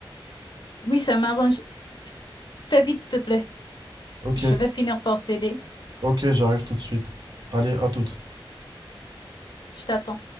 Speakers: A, on the left; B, on the right.
A: Oui, ça m'arrange. Fais vite, s'il te plaît.
B: Ok,
A: Je vais finir par céder.
B: ok, j'arrive tout de suite. Allez, à toute.
A: Je t'attends.